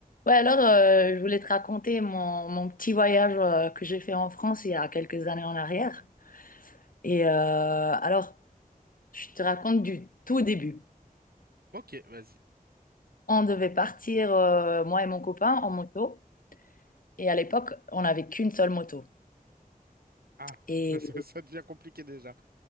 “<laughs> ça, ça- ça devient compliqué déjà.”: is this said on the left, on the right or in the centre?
Right